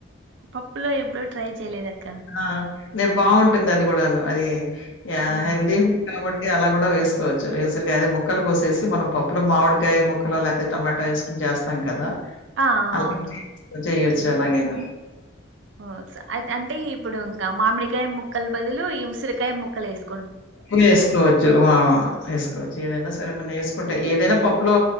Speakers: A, on the right; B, on the left.
A: పప్పులా ఎప్పడు ట్రై చేయలేదు అక్క
B: ఆ! నే బాగుంటుంది అది కూడాను అది యా
A: అవునా
B: హెందీ ఫా ఉడు కి అలా కూడా వేసుకోవచ్చు వేసరికి అదే ముక్కలు కోసేసి మనం పప్పులో మామిడికాయ ముక్కలు లేకపోతే టొమాటో వేసుకోని చేస్తాం కదా
A: ఆ
B: అలా
A: అవును
B: చెయచ్చు చెనా గేన
A: హో స ఐతే అంటే ఇప్పుడు ఇంకా మామిడి కాయ ముక్కలు బదులు ఈ ఉసిరికాయ ముక్కలు కలేసం
B: వేసుకోవచ్చు ఆ వేసుకోవచ్చు
A: అవునా
B: ఏదనా సరే మనం ఏసు ఏదైనా పప్పు లో